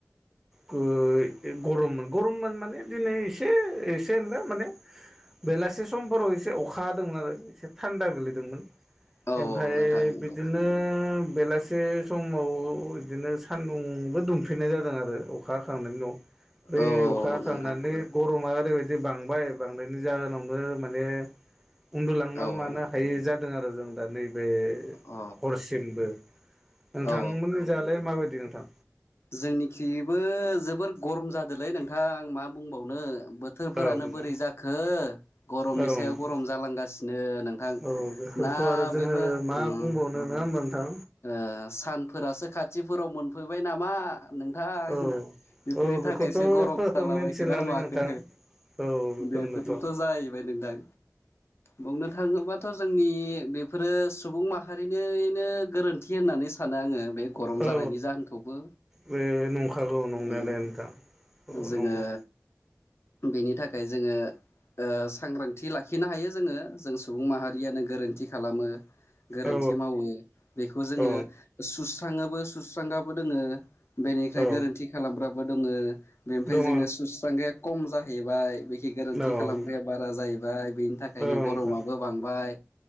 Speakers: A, in the centre; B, on the left.
A: गुइ गरममोन गरममोन माने दिनै एसे एसे ओनला माने बेलासे समफोराव एसे अखा हादोंमोन आरो। एसे सान्दा गोलैदोंमोन।
B: औ
A: एमफाय
B: नोंथां नंगौ
A: बिदिनो बेलास से समाव इदिनो सानदुंबो दुंफिननाय जादों आरो अखा हाखांनायनि उनाव। बै
B: औ औ
A: अखा हाखांनानै
B: नोंथां
A: गरमा ओरैबायदि बांबाय बांनायनि जाहोनावनो माने उन्दुलांनो
B: औ
A: मानो
B: औ
A: हायै जाद दों आरो जों दा नैबे
B: अ
A: हरसिमबो नोंथां
B: औ
A: मोनिजालाय माबायदि नोंथां?
B: जोंनिखिबो जोबोर गरम जादोलै नोंथां मा बुंबावनो। बोथोरफोरानो
A: औ नोंथां।
B: बोरै जाखो गरमनि
A: औ
B: सायाव
A: नोंथां
B: गरम जालांगासिनो नोंथां।
A: औ बेफोरखौ
B: ना
A: आरो जोङो
B: बेफोर
A: मा
B: उम
A: बुंबावनो नङा होमबा नोंथां?
B: ओ सानफोरासो खाथिफोराव मोनफैबाय नामा नोंथां।
A: औ
B: बेफोरनि
A: औ बेखौथ'
B: थाखायसो गरम जालाबायखोना
A: मिथिलालै
B: माखो
A: नोंथां। औ बेखौनोथ'
B: बेफोरथ'
A: औ
B: जाहैबाय नों थां बुंनो थाङोबाथ' जोंनि बेफोरो सुबुं माहारिनैनो गोरोन्थि होननानै सानो आङो। बे गरम जानायनि
A: औ
B: जाहोनखौबो
A: बे नंखागौ नंनायालाय
B: उम।
A: नोंथां। औ
B: जोङो
A: नंगौ।
B: बिनि थाखाय जोङो सांग्रांथि लाखिनो हायो जोङो जों सुबुं माहारियानो गोरोन्थि खालामो। गोरोन्थि
A: औ
B: मावो। बेखौ जोङो
A: औ
B: सुस्राङोबो सुस्रांगाबो दोङो। बेनिख्राय
A: औ
B: गोरोन्थि खालामग्राबो दोङो। बेनिफ्राय
A: दङ
B: जोंनो सुस्रांग्राया खम जाहैबाय। बे गि गोरोन्थि
A: दङ औ
B: खालामग्राया बारा जाहैबाय। बेनि थाखायनो
A: औ
B: गरमाबो
A: नोंथां
B: बांबाय